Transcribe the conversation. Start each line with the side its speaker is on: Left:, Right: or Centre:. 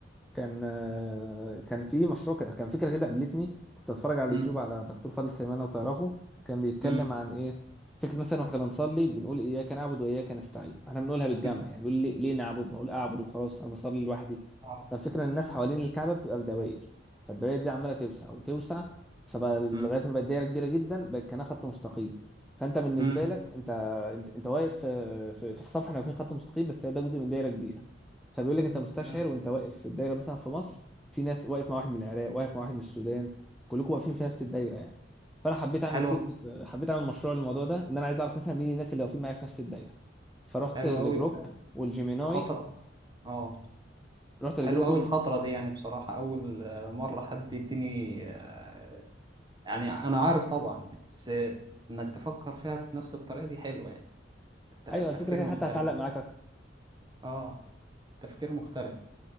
Centre: كان آه، كان في مشروع ك- كان فكره كده قابلتني كنت اتفرج على اليوتيوب
Right: مم.
Centre: على دكتور فاضل سليمان لو تعرفه كان بيتكلم
Right: مم.
Centre: عن ايه فكره مثلا واحنا بنصلي بنقول اياك نعبد واياك نستعين احنا بنقولها بالجمع
Right: مم.
Centre: يعني بيقول ليه, ليه نعبد ما اقول اعبد وخلاص انا بصلي لوحدي
Right: آه.
Centre: فالفكره ان الناس حوالين الكعبه بتبقى بدوائر فالدوائر دي عماله توسع وتوسع فبقى لغايه
Right: مم.
Centre: ما بقت دايره كبيره جدا بقت كانها خط مستقيم فانت بالنسبه
Right: مم.
Centre: لك انت انت, انت واقف في, في, في الصف احنا واقفين خط مستقيم بس هو ده جزء من دايره كبيره فبيقول لك انت مستشعر
Right: مم.
Centre: وانت واقف في الدايره مثلا في مصر في ناس واقف مع واحد من العراق واقف مع واحد من السودان كلكم واقفين في نفس الدايره يعني فانا حبيت اعمل
Right: حلوه
Centre: كود حبيت اعمل مشروع للموضوع ده ان انا عايز اعرف مثلا مين الناس اللي واقفين معايا في نفس الدايره فرحت
Right: حلوه
Centre: لجروك
Right: قوي
Centre: والجيميناي
Right: الخطره اه
Centre: رحت
Right: حلوه
Centre: لجروك
Right: قوي
Centre: وال...
Right: الخطره دي يعني بصراحه اول آه، مره حد يديني آه، يعني انا عارف طبعا بس آه، انك تفكر فيها بنفس الطريقه دي حلوه يعني ت-
Centre: ايوه الفكره
Right: تفكير
Centre: كده
Right: مختلف
Centre: حتى هتعلق معاك
Right: اه تفكير مختلف